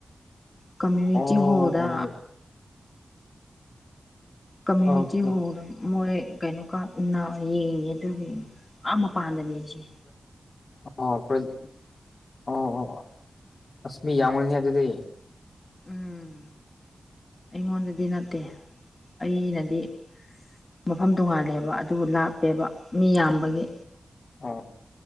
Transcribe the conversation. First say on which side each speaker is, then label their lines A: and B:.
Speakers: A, on the left (about 30°); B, on the left (about 55°).
A: ꯀꯃ꯭ꯌꯨꯅꯤꯇꯤ
B: ꯑꯣ
A: ꯍꯣꯜꯗ ꯀꯃ꯭ꯨꯅꯤꯇꯤ
B: ꯑꯣ
A: ꯍꯣꯜ ꯃꯣꯏ ꯀꯩꯅꯣ ꯀꯅ ꯌꯦꯡꯉꯦ ꯑꯗꯨꯒꯤ ꯑꯥ ꯃꯄꯥꯟꯗꯅꯦꯁꯦ
B: ꯑꯥ꯭ꯔ ꯑꯣ ꯑꯣ ꯑꯣ ꯑꯁ ꯃꯤ ꯌꯥꯝꯎꯅꯤ ꯑꯗꯨꯗꯤ <inaudible>
A: ꯎꯝ ꯑꯩꯉꯣꯟꯗꯗꯤ ꯅꯠꯇꯦ ꯑꯩꯅꯗꯤ ꯃꯐꯝ ꯇꯣꯡꯉꯥꯜꯂꯦꯕ ꯑꯗꯨꯕꯨ ꯂꯥꯞꯄꯦꯕ ꯃꯤ ꯌꯥꯝꯕꯒꯤ
B: ꯑꯣ